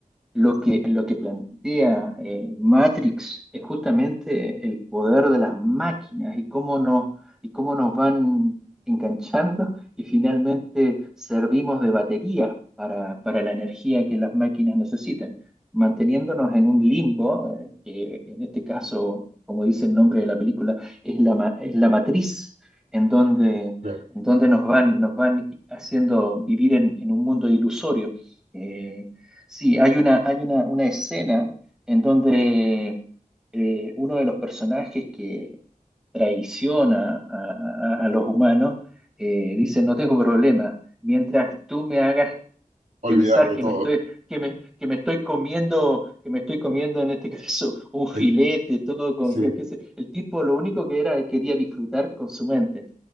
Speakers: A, in the centre; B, on the right.
A: Lo que, lo que plantea eh, Matrix es justamente el poder de las máquinas y cómo nos, y cómo nos van enganchando y finalmente servimos de batería para, para la energía que las máquinas necesitan, manteniéndonos en un limbo, eh, que en este caso, como dice el nombre de la película, es la, ma- es la matriz en donde,
B: Claro,
A: en donde nos van, nos van haciendo vivir en, en un mundo ilusorio. Eh, Sí, hay una, hay una, una escena en donde eh, uno de los personajes que traiciona a, a- a los humanos eh, dice, no tengo problema, mientras tú me hagas
B: Olvidar
A: pensar
B: de
A: que
B: todo.
A: me estoy, que me, que me estoy comiendo, que me estoy comiendo en este <laughs> caso un filete,
B: El,
A: todo con,
B: sí.
A: con- qué sé- El tipo lo único que era quería disfrutar con su mente,